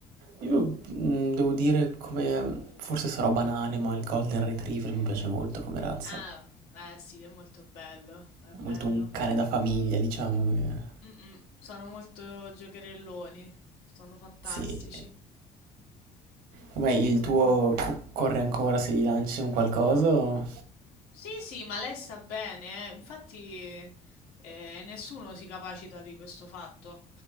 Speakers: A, on the right (about 85°); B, on the left (about 85°).
A: Io mm, devo dire come, forse sarò banale, ma il Golden Retriever mi piace molto come razza.
B: Ah, beh sì, è molto bello, è
A: È Molto
B: bello.
A: un cane da famiglia, diciamo. che-
B: Mm, mm, Sono molto giocherelloni, sono fantastici.
A: Sì. Com'è il tuo
B: Mm.
A: co- corre ancora se gli lanci un qualcosa? o-
B: Sì, sì, ma lei sta bene, eh. Infatti eh, nessuno si capacita di questo fatto,